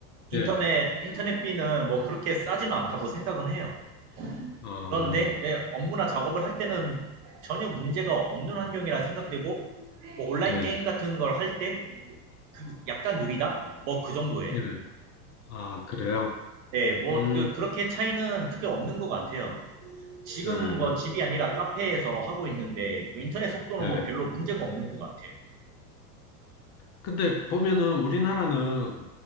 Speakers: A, on the right (about 60°); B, on the left (about 35°).
A: 인터넷
B: 예.
A: 인터넷비는 뭐 그렇게 싸지는 않다고 생각은 해요.
B: 어,
A: 그런데 예, 업무나 작업을 할 때는 전혀 문제가 없는 환경이라 생각되고 뭐 온라인
B: 예,
A: 게임 같은 걸할때 약간 느리다? 뭐 그 정도예요.
B: 예. 아, 그래요?
A: 네, 뭐
B: 음,
A: 그, 그렇게 차이는 크게 없는 것 같아요. 지금
B: 예,
A: 뭐 집이 아니라 카페에서 하고 있는데 뭐 인터넷 속도는
B: 예.
A: 뭐 별로 문제가 없는 것 같아요.
B: 근데 보면은 우리나라는